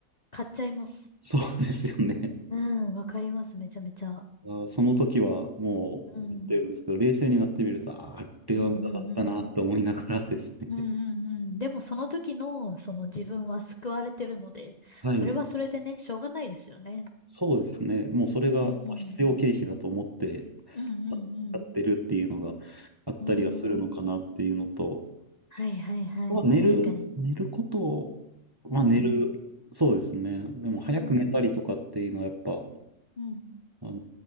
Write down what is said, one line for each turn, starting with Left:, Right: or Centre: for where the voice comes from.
Left: 買っちゃいます。
Right: そうですよね。
Left: うん、わかります、めちゃめちゃ。
Right: あその時はもう言ってるんですけど、
Left: うん、
Right: 冷静になってみると、ああれは無駄だったなって思いながらですね。
Left: うん、うん、うん。うんうんうん。でもその時の、その自分は救われてるので、
Right: はい、
Left: それはそれでね、しょうがないですよね。
Right: そうですね。もうそれがまあ必要経費だと思って
Left: うん。うんうん
Right: やってるっていうのがあったりはするのかなっていうのと、
Left: うん。うん。はいはいはい。
Right: は寝る、
Left: 確かに。
Right: 寝ることを、まあ寝る、
Left: うん。
Right: そうですね。でも早く寝たりとかっていうのはやっぱ、
Left: うんうん
Right: あの